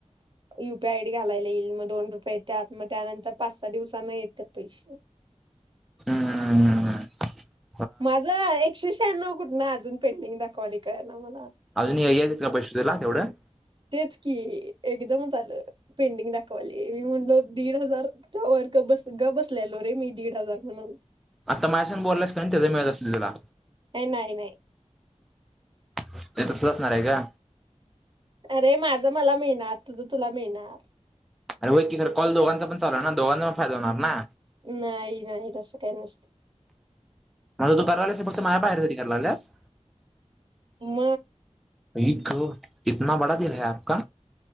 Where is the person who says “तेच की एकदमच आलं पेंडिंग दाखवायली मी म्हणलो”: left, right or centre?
Right